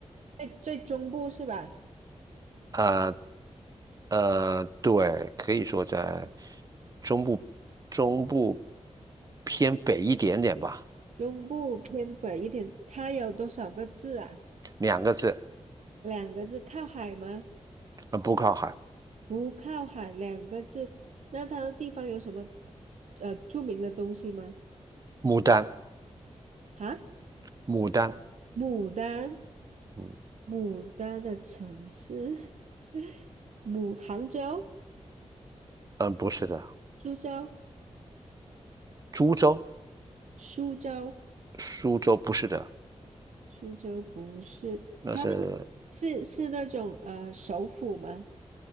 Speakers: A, on the right (about 85°); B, on the right (about 30°).
A: 在最中部是吧？
B: 啊。呃，对，可以说在中部中部偏北一点点吧，
A: 中部偏北一点，它有多少个字啊？
B: 两个字，
A: 两个字，靠海吗？
B: 呃，不靠海。
A: 不靠海两个字，那它的地方有什么呃著名的东西吗？
B: 牡丹，
A: 啊，
B: 牡丹，
A: 牡丹，
B: 嗯
A: 牡丹的城市，<laughs> 牡杭州、
B: 嗯，呃不是的，
A: 苏州、
B: 株洲，
A: 苏州，
B: 苏州不是的，
A: 苏州不是，
B: 那是
A: 是是那种呃首府吗？